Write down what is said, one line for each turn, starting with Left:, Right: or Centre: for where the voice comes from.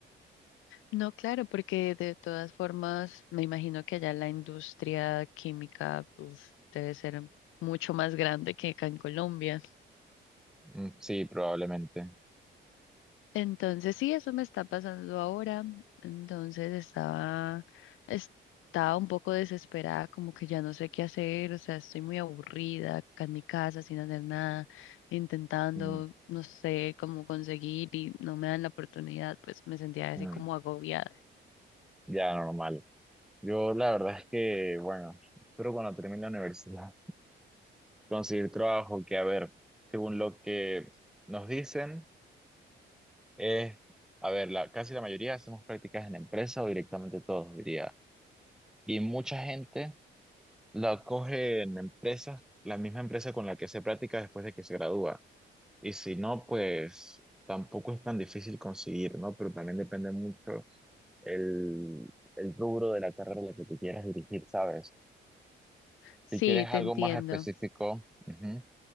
Left: No, claro, porque de todas formas me imagino que allá la industria química uf, debe ser mucho más grande que acá en Colombia.
Centre: Mm, Sí, probablemente.
Left: Entonces, sí, eso me está pasando ahora. Entonces estaba, estaba un poco desesperada, como que ya no sé qué hacer, o sea, estoy muy aburrida acá en mi casa sin hacer nada, intentando,
Centre: Mm,
Left: no sé cómo conseguir y no me dan la oportunidad, pues me sentía así
Centre: mm,
Left: como agobiada.
Centre: ya, normal. Yo la verdad es que, bueno, espero cuando termine la universidad conseguir trabajo, que a ver, según lo que nos dicen. Eh, a ver, la, casi la mayoría hacemos prácticas en empresa o directamente todos, diría. Y mucha gente la coge en empresas, la misma empresa con la que hace práctica después de que se gradúa. Y si no, pues tampoco es tan difícil conseguir, ¿no? Pero también depende mucho el, el rubro de la carrera a la que tú quieras dirigir, ¿sabes?
Left: Sí,
Centre: Si quieres
Left: te
Centre: algo
Left: entiendo.
Centre: más específico, ujú,